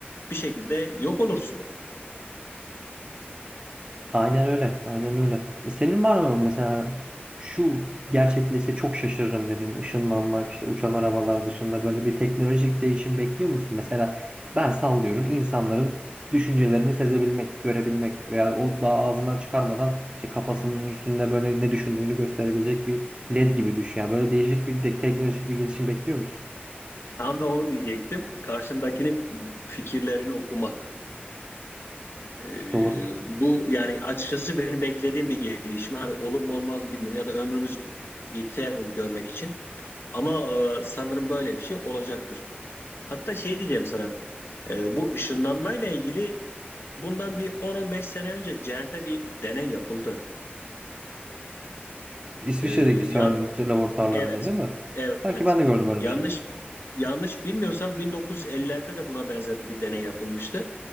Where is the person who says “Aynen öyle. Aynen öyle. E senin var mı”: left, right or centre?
Right